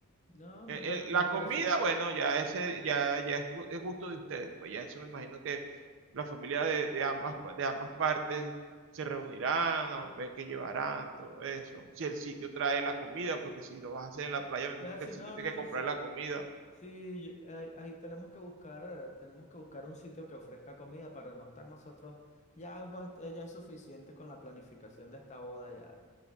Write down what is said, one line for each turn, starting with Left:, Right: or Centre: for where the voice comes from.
Left: No,
Right: El-
Left: me, pa-
Right: el-
Left: me
Right: la
Left: parece.
Right: comida, bueno, ya ese, ya, ya es, gu- es gusto de ustedes. Pues ya eso me imagino que la familia de, de ambas, pa- de ambas partes se reunirán, a ver qué llevarán, todo eso. Si el sitio trae la comida, porque si lo vas a hacer en la playa, me imagino
Left: Ah,
Right: que
Left: sí,
Right: el sitio
Left: no,
Right: tiene
Left: no,
Right: que comprar
Left: sí.
Right: la comida.
Left: Sí, ahí, ahí tenemos que buscar, tenemos que buscar un sitio que ofrezca comida para no estar nosotros. Ya es, bast- eh, ya es suficiente con la planificación de esta boda ya.